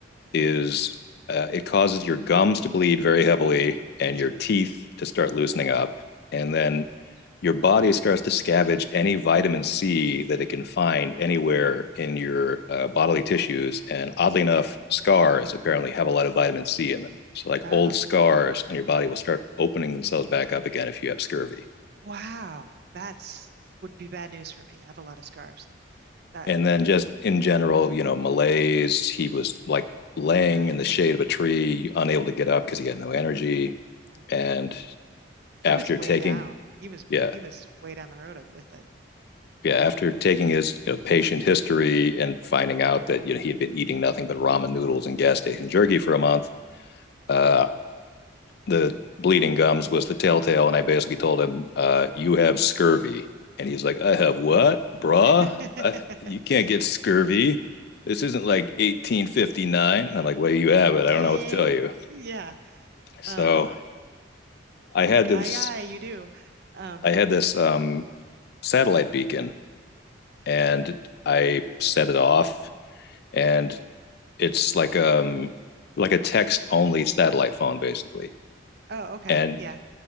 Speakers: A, on the left; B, on the right.
A: is uh, it causes your gums to bleed very heavily
B: Oh,
A: and
B: that's
A: your
B: right.
A: teeth to start loosening up. And then
B: Oh my gosh.
A: your body starts to scavenge any vitamin C that it can find anywhere in your uh, bodily tissues. And oddly enough, scars apparently have a lot of vitamin C in them. So, like
B: Oh,
A: old scars on your body will start opening themselves back up again if you have scurvy.
B: wow. That's would be bad news for me. I have a lot of scars. That,
A: And then, just in general, you know, malaise, he was like laying
B: uh-huh.
A: in the shade of a tree, unable to get up because he had no energy.
B: Oh
A: And
B: my gosh. He
A: after
B: was way
A: taking
B: down. He was
A: yeah
B: he was way down the road of- with it.
A: yeah after taking his you know, patient history and finding out that you know he had been eating nothing but ramen noodles and gas station jerky for a month uh, the bleeding gums was the telltale and i basically told him uh, you have scurvy and he's like i have what bruh
B: <laughs>
A: uh, you can't get scurvy this isn't like 1859 i'm like well you have it
B: Eh?
A: i don't know what to tell you
B: Yeah.
A: so
B: Um, you're
A: i had
B: like, aye,
A: this
B: aye, you do. Um,
A: i had this um, satellite beacon and i set it off and it's like um like a text only satellite phone basically
B: oh, okay.
A: and
B: Yeah.